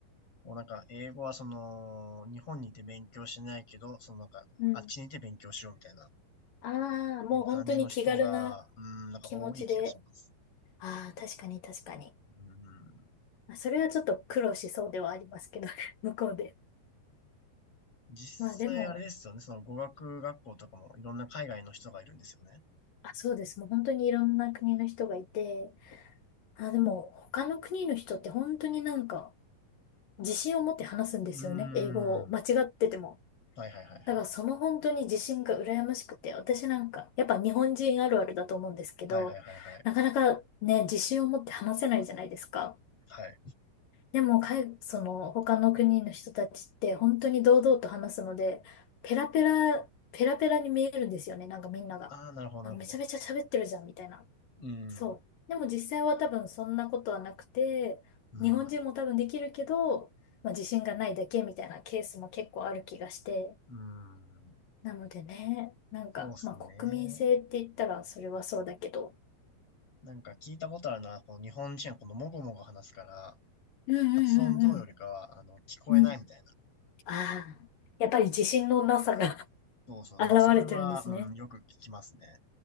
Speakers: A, on the left (about 40°); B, on the left (about 65°).
A: こうなんか英語はその日本にいて勉強しないけど、そのなんかあっちにいて勉強しようみたいな
B: うん。ああ、もう本当に気軽な
A: ね感じの人が、うん、なんか多い気がします。
B: 気持ちで。ああ、確かに、確かに。
A: うん。
B: まあ、それはちょっと苦労しそうではありますけど、<laughs> 向こうで。
A: 実際あれですよね、
B: まあでも、
A: その語学学校とかもいろんな海外の人がいるんですよね。
B: あ、そうです。もう本当にいろんな国の人がいて、あ、でも他の国の人って本当になんか自信を持って話すんですよね。
A: うん。
B: 英語を間違ってても。
A: はいはいはいはい。
B: だからその本当に自信が羨ましくて、私なんか、やっぱ日本人あるあるだと思うんですけど、
A: はいはいはいはい。
B: なかなかね、自信を持って話せないじゃないですか。
A: はい。
B: でも、海その他の国の人たちって本当に堂々と話すので、ペラペラ、ペラペラに見えるんですよね。なんかみんなが。
A: ああ、なるほど、
B: あ、
A: なるほど。
B: めちゃめちゃ喋ってるじゃん、みたいな。
A: うん。
B: そう。でも実際は多分そんなことはなくて、
A: うん。
B: 日本人も多分できるけど、まあ、自信がないだけみたいなケースも結構ある気がして。
A: うん。
B: なのでね、なんか、
A: そうですね。
B: まあ国民性って言ったらそれはそうだけど。
A: なんか聞いたことあるのは、この日本人はこのもごもご話すから、
B: うんうんうんうん。
A: 発音どうよりかは、あの、聞こえないみたいな。
B: うん。ああ、やっぱり自信のなさが
A: そうそう。
B: <laughs> 現れてるんですね。
A: なんかそれは、うん、よく聞きますね。